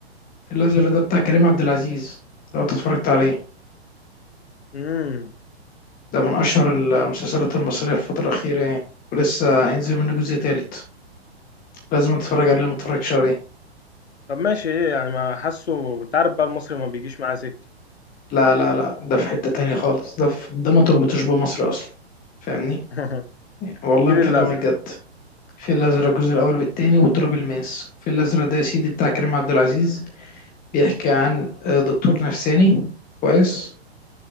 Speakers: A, on the left; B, on the left.
A: الفيل الأزرق ده بتاع كريم عبد العزيز لو أنت اتفرجت عليه
B: امم
A: ده من أشهر المسلسلات المصرية الفترة الأخيرة يعني ولسه هينزل منه جزء تالت لازم تتفرج عليه ومتتفرجش عليه
B: طب ماشي ايه يعني ما حاسه انت عارف بقى المصري ما بيجيش معاه سكه
A: لا لا لا ده في حتة تانية خالص ده في ده ما تربطش بمصر أصلا فاهمني
B: <laughs>
A: والله
B: الفيل
A: بكلمك
B: الازرق
A: جد في الأزرق الجزء الأول والتاني وتراب الماس في الأزرق ده يا سيدي بتاع كريم عبد العزيز بيحكي عن آه، دكتور نفساني كويس